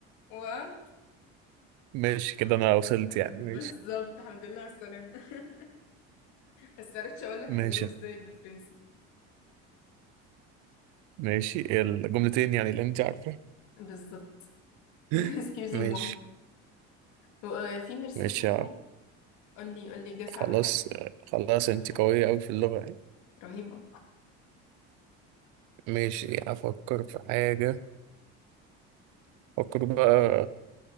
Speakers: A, on the left; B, on the right.
A: what
B: ماشي كده انا وصلت يعني
A: بالظبط
B: ماشي
A: الحمد لله على السلامة <laughs> بس عرفتش اقول لك
B: ماشي
A: هلو ازاي بالفرنسي
B: ماشي إيه الجملتين يعني اللي انت عارفة
A: بالظبط <laughs> excusez
B: <laughs> ماشي
A: moi وفي ميرسي
B: ماشي
A: بوكو
B: يا-
A: قولي قولي جس
B: خلاص
A: على حاجة
B: خلاص
A: فكر
B: انت
A: في حاجة
B: قوية أوي في اللغة يعني
A: رهيبة
B: ماشي أفكر في حاجة أفكر بقى